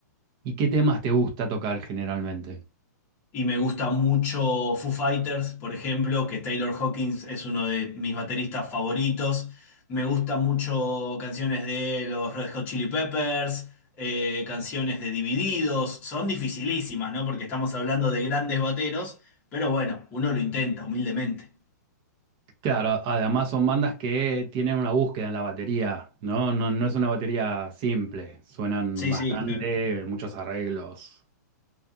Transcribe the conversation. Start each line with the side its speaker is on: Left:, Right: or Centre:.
Right: ¿Y qué temas te gusta tocar generalmente?
Left: Y me gusta mucho Foo Fighters, por ejemplo, que Taylor Hawkins es uno de mis bateristas favoritos. Me gusta mucho canciones de los Red Hot Chili Peppers, eh, canciones de Divididos. Son dificilísimas, ¿no? Porque estamos hablando de grandes bateros, pero bueno, uno lo intenta humildemente.
Right: Claro, además son bandas que tienen una búsqueda en la batería, ¿no? No, no es una batería simple, suenan
Left: Sí,
Right: bastante,
Left: sí, claro.
Right: muchos arreglos.